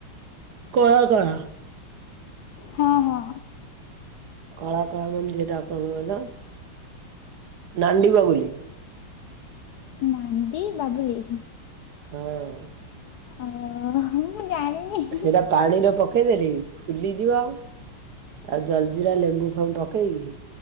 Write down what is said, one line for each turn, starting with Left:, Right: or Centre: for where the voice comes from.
Right: କଳା କଳା!
Left: ହଁ ହଁ!
Right: କଳା କଳା ମଞ୍ଜି ଯେଟା, କଣକହିଲ? ନାଣ୍ଡି ବଗୁଲି!
Left: ନାଣ୍ଡି ବାବୁଲି!
Right: ହଁ!
Left: ଅ-ହ ମୁଁ ଜାଣିନି। ହୁଁ
Right: ସେଟା ପାଣିରେ ପକେଦେଲେ ଫୁଲିଯିବ। ତା ଜଲଜିିରା ଲେମ୍ବୁ ଫେମ୍ବୁ ପ ପକେଇକି